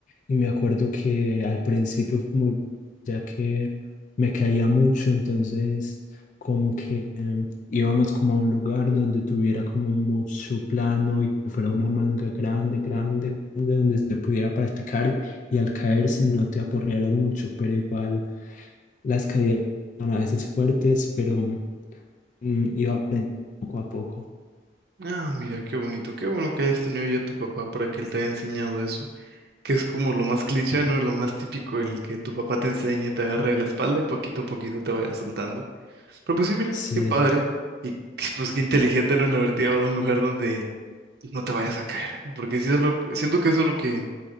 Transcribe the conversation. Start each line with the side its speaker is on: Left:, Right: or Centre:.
Left: y me acuerdo que al principio fue muy- ya que me caía mucho, entonces como que em, íbamos como a un lugar donde tuviera como mucho plano y que fuera una manga grande, grande, grande, donde se pudiera practicar y y al caerse no te aporrearas mucho, pero igual las caídas eran a veces fuertes, pero... Mm, y va aprendiendo poco a poco.
Right: Ah, mira, qué bonito, qué bueno que hayas tenido ya a tu papá para que él te haya enseñado eso. que es como lo más cliché, ¿no? Lo más típico en el que tu papá te enseña, te agarre de la espalda y poquito a poquito te vaya soltando. Pero pues sí, mira,
Left: Sí,
Right: qué padre.
Left: es
Right: Y que, pues qué inteligente, ¿no? El haberte llevado a un lugar donde no te vayas a caer. Porque sí es lo, siento que eso es lo que